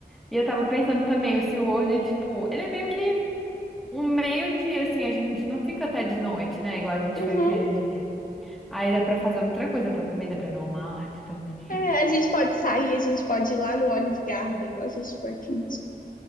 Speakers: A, in the centre; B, on the left.
A: E eu tava pensando também, o SeaWorld é tipo, ele é meio que um meio-dia, assim, a gente não fica até de noite, né? Igual a gente
B: Uhum.
A: foi aquele dia. Aí dá pra fazer outra coisa, pra comer, dá pra ir no Walmart também.
B: É, a gente pode sair, a gente pode ir lá no Olive Garden, igual a gente foi aqui,